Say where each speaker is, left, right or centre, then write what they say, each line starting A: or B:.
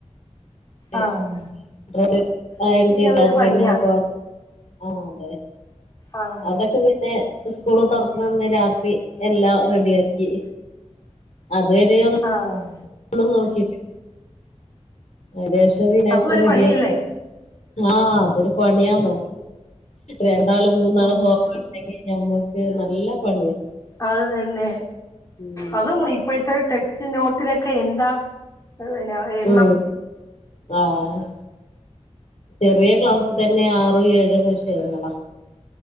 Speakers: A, on the left (about 75°); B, on the left (about 30°).
A: <unintelligible>
B: ആഹ്
A: അയേണ്
B: എനിക്കിനി
A: ചെയ്ത
B: അതൊരു
A: <unintelligible>
B: പണിയാ
A: ഓ അതെ
B: ആഹ്
A: അതൊക്കെ പിന്നെ. ഉസ്കൂള് തെറ്ക്ക്ണന്ന് രാത്രി എല്ലാം റെഡി ആക്കി അത് ഒര്
B: ആഹ്.
A: ഒന്നു നോക്കി അയിന് ശേഷം പിന്നെ
B: അതും
A: അതക്കെ
B: ഒരു
A: റെഡി
B: പണിയല്ലേ
A: ആക്കി. ആഹ് അതൊര് പണിയാന്നോ രണ്ടാള് മൂന്നാള്
B: ഉം
A: പോവാ ങ്കി ഞമ്മക്ക് നല്ല പണിയാ.
B: അത് തന്നെ
A: ഉം
B: അതും ഇ ഇപ്പഴത്തെ ടെക്സ്റ്റ് നോട്ടിലൊക്കെ എന്താ ഏഹ് പിന്ന എണ്ണം.
A: ഉം ആഹ് ചെറിയ ക്ലാസ്സ് തന്നെ ആറും ഏഴും വിഷയങ്ങളാ.